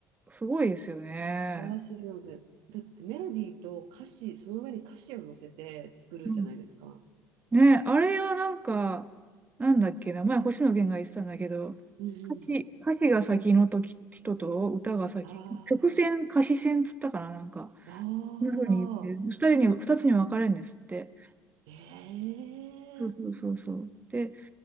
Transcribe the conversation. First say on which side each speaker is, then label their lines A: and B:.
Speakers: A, on the right; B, on the right.
A: すごいですよね。
B: 素晴らしいので、だってメロディーと歌詞、その上に歌詞を乗せて作るじゃないですか。
A: うんね、あれはなんか、なんだっけな、前星野源が言ってたんだけど、
B: うんうん。
A: 歌詞、歌詞が先の時人と歌が先、
B: あ
A: 曲線、歌詞線つったかな、なんか、
B: ー、あ
A: こんな風に言って、二人に、二つに分かれるんですって。
B: ー、えー、
A: そうそうそうそう。で、